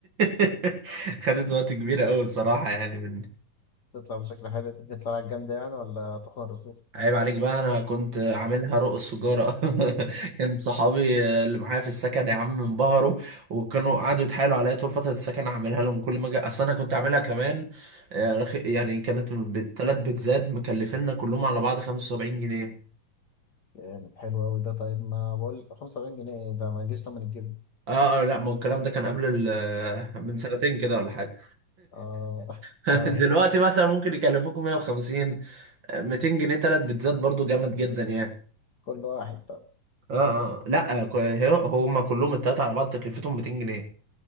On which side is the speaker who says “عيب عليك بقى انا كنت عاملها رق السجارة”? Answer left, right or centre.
Right